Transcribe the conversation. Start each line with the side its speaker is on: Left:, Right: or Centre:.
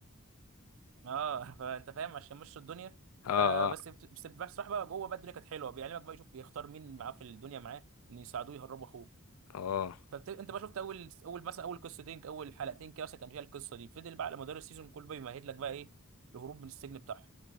Right: اه <laughs> فأنت فاهم عشان مشوا الدنيا
Left: اه
Right: فبس
Left: اه
Right: بت- بس بصراحة بقى جوه بقى الدنيا كانت حلوة بيعلمك بقى يشوف بيختار مين معاه في الدنيا معاه ان يساعدوه يهربوا اخوه
Left: اه
Right: فانت بقى شفت اول اول مثلا اول قصتين اول حلقتين كده مثلا كان فيها القصة دي فضل بقى على مدار السيزون كله بيمهد لك بقى ايه الهروب من السجن بتاعهم